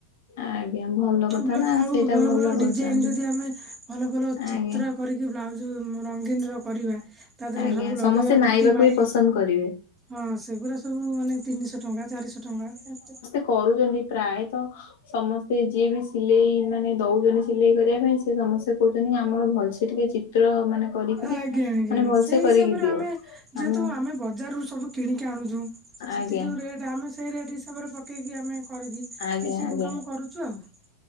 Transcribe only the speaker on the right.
ଆଉ ବ୍ଲା,
ଆଉ
ଭଲ ଭଲ
ଡିଜାଇନ ଯଦି ଆମେ ଭଲ ଭଲ ଚିତ୍ର
କରିକି ବ୍ଲାଉଜ ଉଁ ରଙ୍ଗୀନ ର କରିବା ତା ଦେହରେ
ସବୁ ଲଗେଇବା
ମୋତି ମାଳି
ହଁ ସେଗୁରା ସବୁ ମାନେ ତିନିଶହ ଟଙ୍କା, ଚାରିଶହ ଟଙ୍କା ଏମତି।
ଆଜ୍ଞା ଆଜ୍ଞା,
ସେଇ ହିସାବରେ
ଆମେ
ଯେହେତୁ ଆମେ ବଜାରରୁ ସବୁ କିଣିକି ଆଣୁଚୁ, ସେଠି
ଯଉ ରେଟ ଆମେ ସେଇ ରେଟ୍ ହିସାବରେ ପକେଇକି ଆମେ କରିକି
କିଛି
ଇନକମ କରୁଚୁ ଆଉ